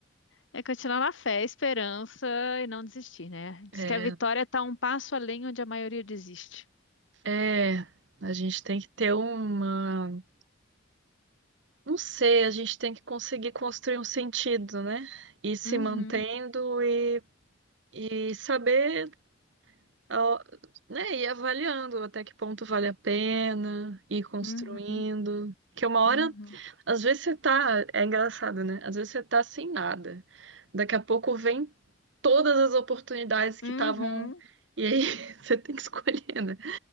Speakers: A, on the left; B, on the right.
A: é, continuar na fé, esperança e não desistir, né? Diz
B: É,
A: que a vitória tá um passo além onde a maioria desiste.
B: é, a gente tem que ter uma, não sei, a gente tem que conseguir construir um sentido, né? E se
A: Uhum,
B: mantendo e, e saber, ó, né, ir avaliando até que ponto vale a pena, ir construindo.
A: uhum,
B: que uma hora
A: uhum,
B: Às vezes você tá, é engraçado, né? Às vezes você tá sem nada. Daqui a pouco vem todas as oportunidades que
A: uhum.
B: estavam. E aí <laughs> você tem que escolher, né?